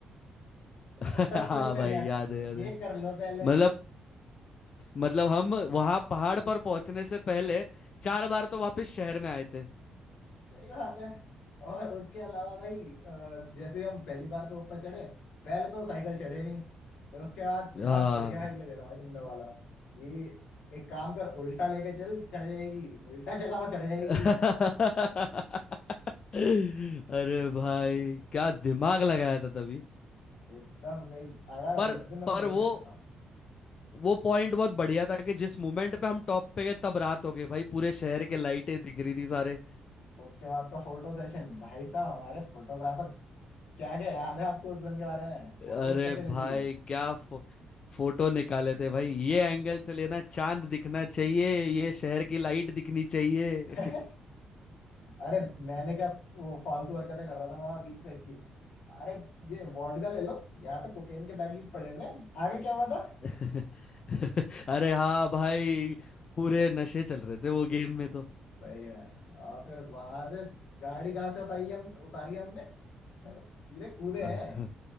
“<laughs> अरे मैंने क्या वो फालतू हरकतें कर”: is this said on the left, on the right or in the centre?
Left